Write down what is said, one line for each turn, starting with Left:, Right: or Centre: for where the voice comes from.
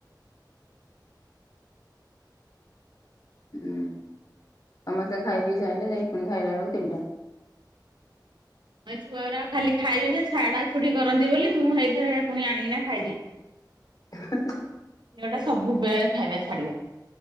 Left: ହୁଁ ସମସ୍ତେ ଖାଇ ପିଇ ସାଇଲେ ଯାଇ ପୁଣି ଖାଇଲା ବେଳକୁ ତିନିଟା
Right: ଛୁଆୁରା ଖାଲି ଖାଇବେ ଯେ ଛାଡା ଛୁଡି କରନ୍ତି ବୋଲି ମୁଁ ହେଇଥରେ ପୁଣି ଆଣିକିନା ଖାଇଦିଏ। ହ
Left: <unintelligible>
Right: ଟା ସବୁବେଳେ ଖାଇବା ଛାଡିବ